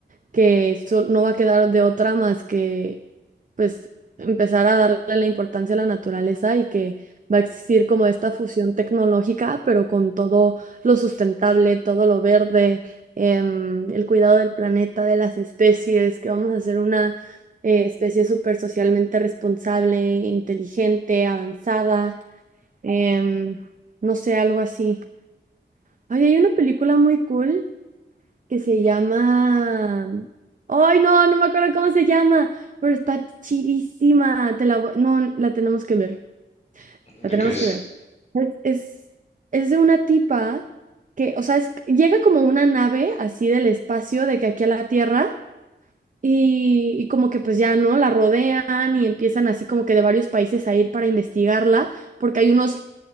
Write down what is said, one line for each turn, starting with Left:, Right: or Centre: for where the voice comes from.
Right: que so- no va a quedar de otra más que pues empezar a darle la importancia a la naturaleza y que va a existir como esta fusión tecnológica, pero con todo lo sustentable, todo lo verde, em, el cuidado del planeta, de las especies, que vamos a hacer una eh, especie súper socialmente responsable, inteligente, avanzada, em, no sé, algo así. Ay, hay una película muy cool que se llama... Ay, no, no me acuerdo cómo se llama, pero está chidísima. Te la voy- No, la tenemos que ver. La
Left: ¿De
Right: tenemos
Left: qué es?
Right: que ver. Es, es, es de una tipa que, o sea, es- llega como una nave así del espacio, de que aquí a la Tierra, y, y como que pues ya, ¿no? La rodean y empiezan así como que de varios países a ir para investigarla, porque hay unos,